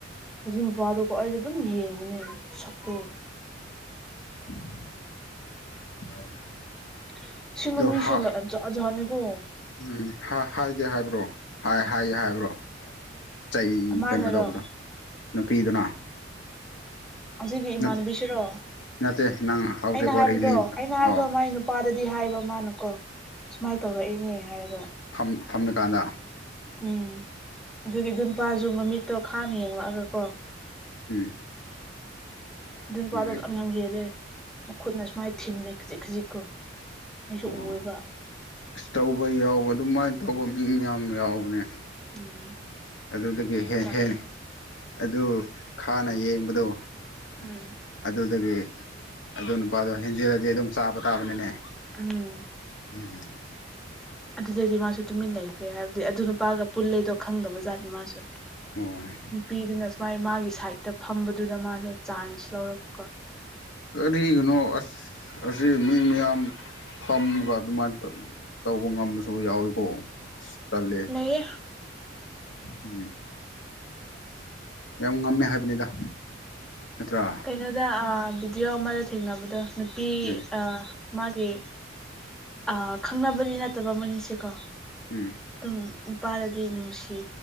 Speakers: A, in the centre; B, on the left (about 70°).
A: ꯍꯧꯖꯤ ꯃꯄꯥꯥꯗꯣꯀꯣ ꯑꯩꯗ ꯑꯗꯨꯝ ꯌꯦꯡꯕꯅꯦ ꯁꯛꯇꯣ
B: <inaudible>
A: <unintelligible>
B: ꯑꯗꯣ ꯍꯥ
A: ꯖꯥꯖꯅꯦ ꯀꯣ
B: ꯎꯝ ꯍꯥ ꯍꯥꯏꯗꯦ ꯍꯥꯏꯕ꯭ꯔꯣ ꯍꯥꯏ ꯍꯥꯏꯌꯦ ꯍꯥꯏꯕ꯭ꯔꯣ ꯆꯩ
A: ꯃꯥꯅꯔꯣ
B: ꯀꯩꯅꯣ ꯇꯧꯕꯗꯣ ꯅꯨꯄꯤꯗꯨꯅ
A: ꯑꯁꯤꯒꯤ ꯏꯃꯥꯟꯕꯤ
B: ꯅꯠꯇꯦ
A: ꯁꯤꯔꯣ
B: <unintelligible>
A: ꯑꯩꯅ ꯍꯥꯏꯕꯗꯣ
B: ꯂꯤꯕꯗꯣ
A: ꯑꯩ ꯃꯥꯢꯗꯣ
B: ꯑꯣ
A: ꯃꯥꯥꯏ ꯅꯨꯄꯥꯗꯗꯤ ꯍꯥꯏꯕ ꯃꯥꯅꯀꯣ ꯁꯨꯃꯥꯏꯅ ꯇꯧꯔꯛꯏꯅꯦ ꯍꯥꯏꯔꯒ
B: ꯊꯝ ꯊꯝꯂ ꯀꯥꯟꯗ
A: ꯎꯝ ꯑꯗꯨꯒꯤ ꯑꯗꯨ ꯅꯨꯄꯥꯁꯨ ꯃꯃꯤꯠꯇꯣ ꯈꯥꯡꯅ ꯌꯦꯡꯂꯛꯑꯒꯀꯣ
B: ꯎꯝ
A: ꯑꯗꯨ ꯅꯨꯄꯥꯗꯣ
B: ꯎꯝ
A: ꯂꯝ ꯌꯥꯝ ꯍꯦꯜꯂꯦ ꯃꯈꯨꯠꯅ ꯁꯨꯃꯥꯏꯅ ꯊꯤꯜꯂꯦ ꯈꯖꯤꯛ ꯈꯖꯤꯛꯀꯣ ꯑꯩꯁꯨ
B: ꯑꯣ
A: ꯎꯔꯕ
B: ꯑꯁ ꯇꯧꯕ ꯌꯥꯎꯕ ꯑꯗꯨꯃꯥꯏꯅ ꯇꯧꯕ ꯃꯤ ꯌꯥꯝ ꯌꯥꯎꯕꯅꯦ
A: ꯎꯝ
B: ꯑꯗꯨꯗꯒꯤ ꯍꯦ
A: ꯇꯜꯂꯦ
B: ꯍꯦꯟ ꯑꯗꯨ ꯈꯥꯟꯅ ꯌꯦꯡꯕꯗꯣ
A: ꯎꯝ
B: ꯑꯗꯨꯗꯒꯤ ꯑꯗꯨ ꯅꯨꯄꯥꯗꯣ ꯍꯦꯟꯖꯤꯜꯂꯗꯤ ꯑꯗꯨꯝ ꯆꯥꯕ ꯇꯥꯕꯅꯤꯅꯦ
A: ꯎꯝ
B: <inaudible>
A: ꯑꯗꯨꯗꯗꯤ ꯃꯥꯁꯨ ꯇꯨꯃꯤꯟ ꯂꯩꯈ꯭ꯔꯦ ꯍꯥꯏꯕꯗꯤ ꯑꯗꯨ ꯅꯨꯄꯥꯒ ꯄꯨꯜꯂꯦꯗꯣ ꯈꯪꯗꯕꯖꯥꯠꯅꯤ ꯃꯥꯁꯨ
B: ꯑꯣ
A: ꯅꯨꯄꯤꯗꯨꯅ ꯁꯨꯃꯥꯏ ꯃꯥꯒꯤ ꯁꯥꯏꯗꯠꯇ ꯐꯝꯕꯗꯨꯗ ꯃꯥꯁꯨ ꯆꯥꯟꯁ ꯂꯧꯔꯛꯀ
B: ꯀꯔꯤꯒꯅꯣ ꯑꯁ ꯑꯁꯤ ꯃꯤ ꯃꯌꯥꯝ ꯐꯝꯒ ꯑꯗꯨꯃꯥꯏꯅ ꯇꯧꯕ ꯉꯝꯕꯁꯨ ꯌꯥꯎꯋꯤꯀꯣ ꯑꯁ ꯇꯜꯂꯦ
A: ꯂꯩꯌꯦ
B: ꯎꯝ ꯌꯥꯝ ꯉꯝꯃꯦ ꯍꯥꯏꯕꯅꯤꯗ ꯅꯠꯇ꯭ꯔꯥ
A: ꯀꯩꯅꯣꯗ ꯑꯥ ꯕꯤꯗꯤꯑꯣ ꯑꯃꯗ ꯊꯦꯡꯅꯕꯗꯣ ꯅꯨꯄꯤ
B: ꯎꯝ
A: ꯑꯥ ꯃꯥꯒꯤ ꯑꯥ ꯈꯪꯅꯕꯗꯤ ꯅꯠꯇꯕ ꯃꯣꯏꯅꯤꯁꯤꯀꯣ
B: ꯎꯝ
A: ꯑꯗꯨꯝ ꯅꯨꯄꯥꯗꯗꯤ ꯅꯨꯡꯁꯤ